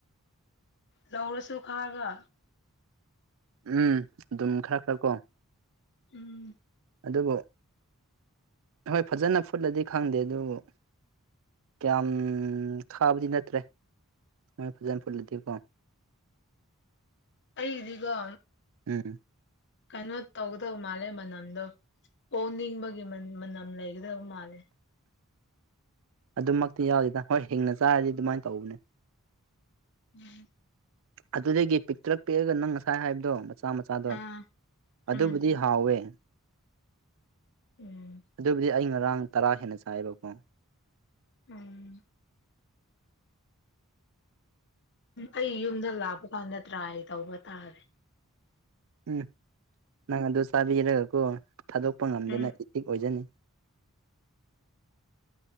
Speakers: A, on the left; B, on the right.
A: ꯂꯧꯔꯁꯨ ꯈꯥꯕ
B: ꯎꯝ ꯑꯗꯨꯝ ꯈꯔ ꯈꯔ ꯀꯣ
A: ꯎꯝ
B: ꯑꯗꯨꯕꯨ ꯍꯣꯏ ꯐꯖꯟꯅꯥ ꯐꯨꯠꯂꯗꯤ ꯈꯪꯗꯦ ꯑꯗꯨꯕꯨ ꯀꯌꯥꯝ ꯈꯥꯕꯗꯤ ꯅꯠꯇ꯭ꯔꯦ ꯃꯣꯏ ꯐꯖꯟꯅ ꯐꯨꯠꯂꯗꯤꯀꯣ
A: ꯑꯩꯗꯤꯒꯣ
B: ꯎꯝ
A: ꯀꯩꯅꯣ ꯇꯧꯒꯗꯕ ꯃꯥꯂꯦ ꯃꯅꯝꯗꯣ ꯑꯣꯅꯤꯡꯕꯒꯤ ꯃꯅꯝ ꯂꯩꯒꯗꯕ ꯃꯥꯜꯂꯦ
B: ꯑꯗꯨꯃꯛꯇꯤ ꯌꯥꯎꯗꯦꯗ ꯍꯣꯏ ꯍꯤꯡꯅ ꯆꯥꯔꯗꯤ ꯑꯗꯨꯃꯥꯏꯅ ꯇꯧꯕꯅꯦ
A: ꯎꯝ
B: ꯑꯗꯨꯗꯒꯤ ꯄꯤꯛꯛꯇꯂꯛ ꯄꯤꯛꯑꯒ ꯅꯪ ꯉꯁꯥꯏ ꯍꯥꯏꯕꯗꯣ ꯃꯆꯥ ꯃꯆꯥꯗꯣ
A: ꯑꯥ
B: ꯑꯗꯨꯕꯨꯗꯤ
A: ꯎꯝ
B: ꯍꯥꯎꯋꯦ
A: ꯎꯝ
B: ꯑꯗꯨꯕꯨꯗꯤ ꯑꯩ ꯉꯔꯥꯡ ꯇꯔꯥ ꯍꯦꯟꯅ ꯆꯥꯏꯑꯕꯀꯣ
A: ꯎꯝ ꯑꯩ ꯌꯨꯝꯗ ꯂꯥꯛꯄ ꯀꯥꯟꯗ ꯇ꯭ꯔꯥꯏ ꯇꯧꯕ ꯇꯥꯔꯦ
B: ꯎꯝ ꯅꯪ ꯑꯗꯨ ꯆꯥꯕꯤꯔꯒꯀꯣ ꯊꯥꯗꯣꯛꯄ ꯉꯝꯗꯅ
A: ꯎꯝ
B: ꯏꯇꯤꯛ ꯑꯣꯏꯖꯅꯤ